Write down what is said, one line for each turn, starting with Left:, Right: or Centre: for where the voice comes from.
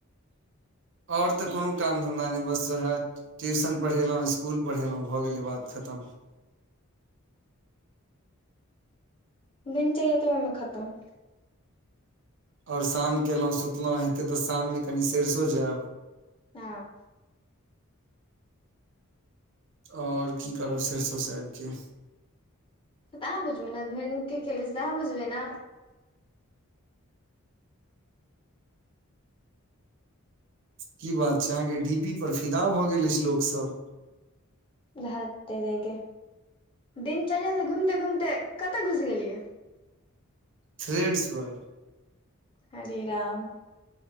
Right: आओर तऽ कोनो काम धन्धा नहि बस ओहे ट्यूशन पढ़ेलहुँ स्कुल पढ़ेलहुँ भऽ गेलै बात खतम
Left: बिन चए तऽ ओहिमे खतम
Right: ओर शाम केलहुँ सुतलहुँ हेतै तऽ शाममे कनि सरसो जायब
Left: हँ
Right: आओर की करब सरिसो स आबि क
Left: तऽ अहाँ बुझबै ने भरि दिन की केलियै से त अहाँ बुझबै ने
Right: की बात छै अहाँके डी पी पर फिदा भऽ गेल अछि लोकसभ
Left: धअ तोरिके दिनचर्या से घुमते घूमते कतऽ घुस गेलियै
Right: थ्रेडस पर
Left: हरे राम